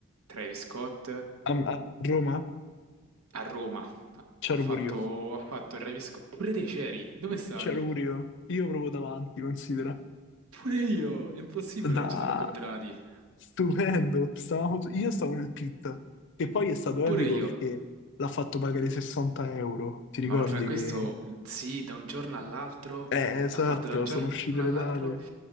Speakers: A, on the right (about 85°); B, on the left (about 60°).
A: Travis Scott a
B: A, a Roma
A: Roma,
B: c'ero
A: Ha fatto,
B: pure io,
A: ha fatto il Travis Scott. Pure te c'eri? Dove stavi?
B: c'ero pure io. Io proprio davanti, considera.
A: Pure io! È impossibile
B: Da...
A: non ci siamo incontrati.
B: Stupendo. Stavamo... Io stavo nel pit, che poi è stato
A: Pure
B: epico
A: io.
B: perché l'ha fatto pagare 60 euro. Ti ricordi
A: Ma oltre a questo,
B: che...
A: sì, da un giorno all'altro,
B: Eh, esatto,
A: ha fatto da un giorno
B: sono uscite
A: all'altro
B: le date.